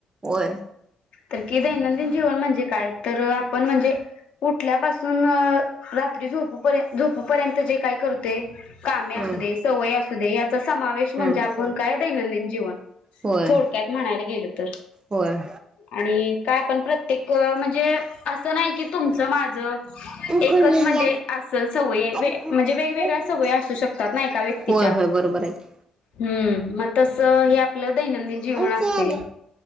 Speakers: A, on the right; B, on the left.
A: होय
B: तर कि दैनंदिन जीवन म्हणजे काय तर आपण म्हणजे- उठल्यापासून अं रात्री झोपूपर- झोपूपर्यंत जे काय करते. कामे असू
A: हं
B: दे, सवय असू दे, याचा समावेश म्हणजे
A: हं
B: आपण काय दैनंदिनजिवन
A: होय
B: थोडक्या- त म्हणायला गेल तर.
A: होय-
B: आणि का पण प्रत्येक म्हणजे आसं नाही कि तुमचं माझं. एकच
A: गुलिया
B: म्हणजे आसल सवय
A: आणि
B: म्हणजे
A: गुली
B: वे वेगवेगळ्या सवयी असू शकतात ना एका व्यक्तीच्या.
A: होय होय बरोबर की
B: हुं मग तस हे आपलं दैनंदिन जीवन
A: आमची
B: असतेय.
A: आले